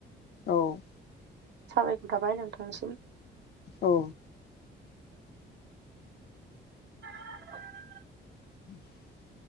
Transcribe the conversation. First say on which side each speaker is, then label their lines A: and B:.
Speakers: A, on the left; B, on the right.
A: औ।
B: साबायखर थाबाय नोंथांनिसिम।
A: औ।
B: <inaudible>
A: <inaudible>